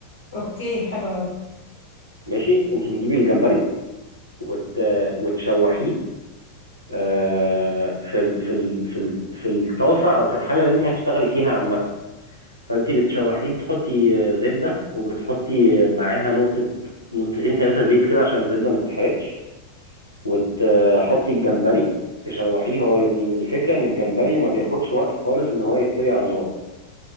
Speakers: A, on the left; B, on the right.
A: اوكي حلو قوي
B: ماشي انت بتجيبي الجمبري وت... وتشوحيه آه، في ال في ال في ال في الطاسه او في الحله اللي انت هتشتغلي فيها عامه فانت بتشوحيه بتحطي آه، زبده وبتحطي آه، معاها نقطه نقطتين ثلاثه زيت كده عشان الزبده ما تتحرقش وتحطي الجمبري تشوحيه هو ال- الفكره ان الجمبري ما بياخدش وقت خالص ان هو يستوي على النار